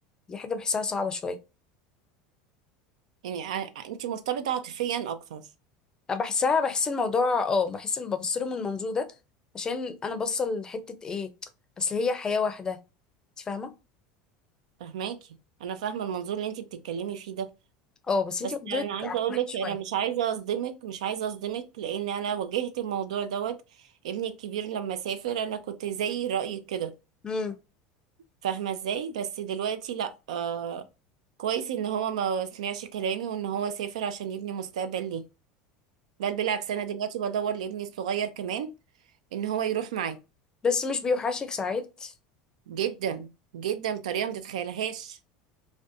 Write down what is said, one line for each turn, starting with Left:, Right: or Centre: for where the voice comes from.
Left: دي حاجه بحسها صعبه شويه
Right: يعني ع- انت مرتبطه عاطفيا اكتر
Left: انا بحسها بحس الموضوع اه بحس ان ببص له من المنظور ده عشان انا بصل لحته ايه اصل هي حياه واحده انت فاهمه
Right: فهماكي انا فاهمه المنظور اللي انت بتتكلمي فيه ده
Left: اه بس
Right: بس
Left: انت منظورك
Right: انا عايزه
Left: عقلاني
Right: اقول لك
Left: شويه
Right: انا مش عايزه اصدمك مش عايزه اصدمك لان انا واجهت الموضوع دوت ابني الكبير لما سافر انا كنت زي رايك كده
Left: امم
Right: فاهمة ازاي بس دلوقتي لا آه كويس ان هو ما سمعش كلامي وان هو سافر عشان يبني مستقبل ليه بل بالعكس انا دلوقتي بدور لابني الصغير كمان ان هو يروح معاه
Left: بس مش بيوحشك ساعات
Right: جدا جدا بطريقة ما تتخيلهاش